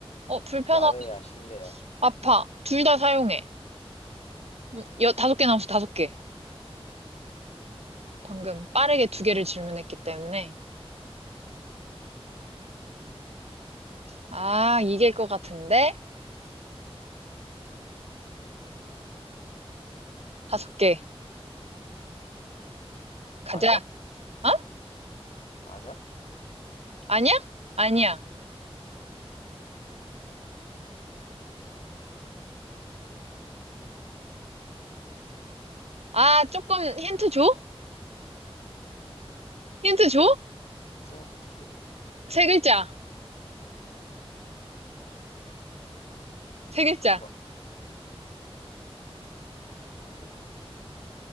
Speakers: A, on the right; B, on the left.
A: 어, 불편하고
B: 야외야, 실내야?
A: 아파. 둘 다 사용해. 음, 여, 다섯 개 남았어, 다섯 개. 방금 빠르게 두 개를 질문했기 때문에. 아, 이길 것 같은데? 다섯 개. 가자.
B: 안약?
A: 어?
B: 안약?
A: 아니야? 아니야.
B: 응.
A: 아, 조금 힌트 줘? 힌트
B: 뭔데?
A: 줘?
B: 응, 힌트 줘봐.
A: 세 글자. 세
B: 귀마,
A: 글자.
B: 귀마개도 아니고.